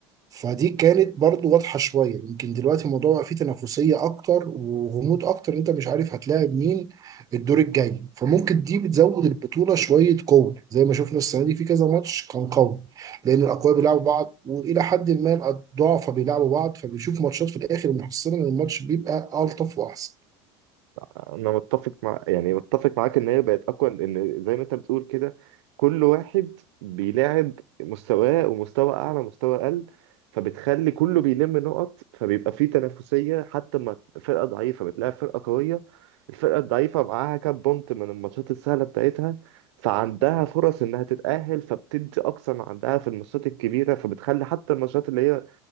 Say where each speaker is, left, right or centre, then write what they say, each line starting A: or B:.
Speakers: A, on the right (about 25°); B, on the right (about 80°).
A: فدي كانت برضو واضحه شويه يمكن دلوقتي الموضوع بقى فيه تنافسيه اكتر وغموض اكتر انت مش عارف هتلاعب مين الدور الجاي فممكن دي بتزود البطوله شويه قوه زي ما شفنا السنه دي في كذا ماتش كان قوي لان الاقوياء بيلعبوا بعض والى حد ما الضعفاء بيلعبوا بعض فبنشوف ماتشات في الاخر محصله ان الماتش بيبقى الطف واحسن
B: انا متفق مع يعني متفق معاك ان هي بقت اقوى ان زي ما انت بتقول كده كل واحد بيلاعب مستواه ومستوى اعلى مستوى اقل فبتخلي كله بيلم نقط فبيبقى فيه تنافسية حتى ما فرقة ضعيفة بتلاعب فرقة قوية الفرقة الضعيفة معاها كام بونت من الماتشات السهلة بتاعتها فعندها فرص انها تتأهل فبتدي اقصى ما عندها في الماتشات الكبيرة فبتخلي حتى الماتشات اللي هي